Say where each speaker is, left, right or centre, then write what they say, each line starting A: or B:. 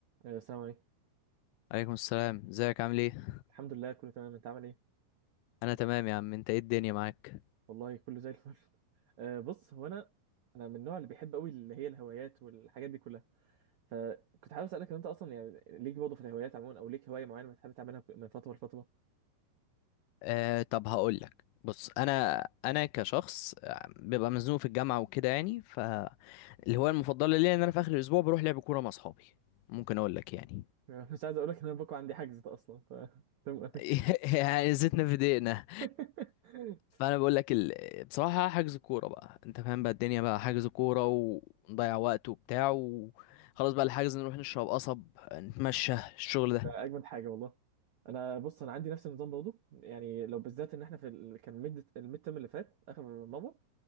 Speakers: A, on the right; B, on the left.
A: آه، السلام عليكم
B: عليكم السلام ازيك عامل ايه
A: الحمد لله كله تمام انت عامل ايه
B: انا تمام يا عم انت ايه الدنيا معاك
A: والله كله زي الفل <laughs> آه، بص هو انا انا من النوع اللي بيحب قوي اللي هي الهوايات والحاجات دي كلها فكنت حابب اسالك ان انت اصلا يعني ليك برضه في الهوايات عموما او ليك هوايه معينه بتحب تعملها ك- من فتره لفتره <laughs>
B: آه طب هقول لك بص انا انا كشخص آه، ببقى مزنوق في الجامعه وكده يعني فالهوايه المفضله ليا ان انا في اخر الاسبوع بروح لعب كوره مع اصحابي ممكن اقول لك يعني
A: آه، مش عايز اقول لك ان انا بكره عندي حجز ده اصلا ف تمام قوي
B: <laughs> يعني زيتنا في دقيقنا
A: <laughs>
B: فانا بقول لك ال... بصراحه حجز كوره بقى انت فاهم بقى الدنيا بقى حجز كوره ونضيع وقت وبتاع وخلاص بقى الحجز نروح نشرب قصب نتمشى الشغل
A: ده
B: ده
A: اجمد حاجه والله انا بص انا عندي نفس النظام برضه يعني لو بالذات ان احنا في ال... كان ميد الميد ترم اللي فات اخر مره